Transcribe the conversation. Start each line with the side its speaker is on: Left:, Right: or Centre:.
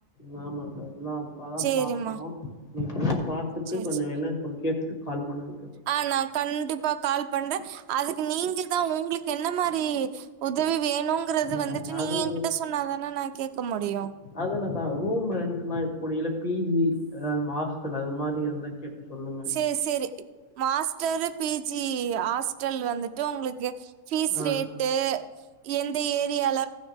Left: நா எல்லா அப்பாதா
Right: சேரிம்மா
Left: பாக்கணும் நீங்க என்னான்னு பாத்துட்டு
Right: சேரி
Left: கொஞ்சோ
Right: சேரி
Left: என்னான்னு கேட்டுட்டு கால் பண்ணுங்க
Right: ஆ நா கண்டிப்பா கால் பண்றேன் அதுக்கு நீங்க தா உங்களுக்கு என்ன மாரி உதவி வேணுங்கிறது
Left: யா
Right: வந்துட்டு நீங்க
Left: அது
Right: என்கிட்ட சொன்னாதானே நா கேக் க்க முடியு
Left: அதுல தா ரூம் ரெண்ட்லா இப் புடியில பிஜி மாஸ்டல் அது மாரி இருந்தா கேட்டு சொல்லுங்க
Right: ஏ சேரி மாஸ்டரு பிஜி ஹாஸ்டல் வந்துட் உங்களுக்கு பீஸ்ரேட்டு
Left: ஆ
Right: எந்த ஏரியால